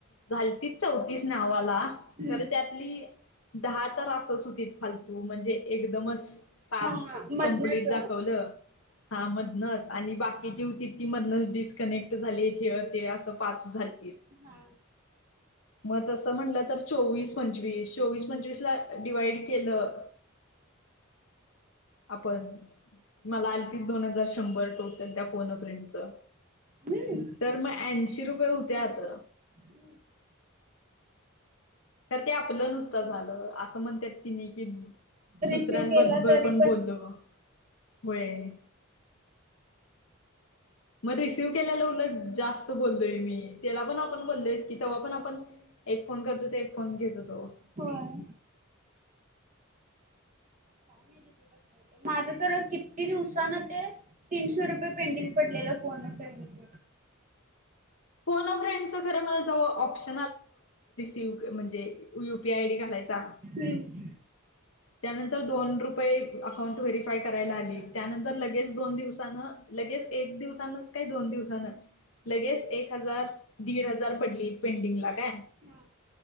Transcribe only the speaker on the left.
झालीतीत चौतीस नावाला खरं
त्यातली दहा तर असचं हुतीत फालतू म्हणजे एकदमच पाच
कंप्लीट दाखवलं. हा मधनंच आणि बाकीची हुतीत ती मधनंच डिस्कनेक्ट झालीत, ह्य, त्य असं पाच झालती.
मग तसं म्हणलं तर चोवीस-पंचवीस, चोवीस-पंचवीस ला डिवाइड केलं, आपण मला आलीतीत दोन हजार, शंभर. टोटल त्या फोन फ्रेंडचं.
तर मग ऐंशी रुपये हुत्यात,
तर ते आपलं नुसतं झालं असं म्हणतात तिनी की,
दुसऱ्यांबबर
पण बोललो व्हय. मग रिसीव्ह केल्यालं उलट जास्त बोललोय मी त्याला पण आपण बोललोयस की, तेवा पण आपण एक फोन करत हुतो, एक फोन घेत हुतो.
फोन अ फ्रेंडच खरं मला जव option U P I D घालायचा.
त्यानंतर दोन रुपये अकाउंट व्हेरीफाय करायला आली, त्यानंतर लगेच दोन दिवसानं लगेच एक दिवसानंच, काय दोन दिवसानं लगेच एक हजार, दीड हजार पडलीत पेंडिंगला. काय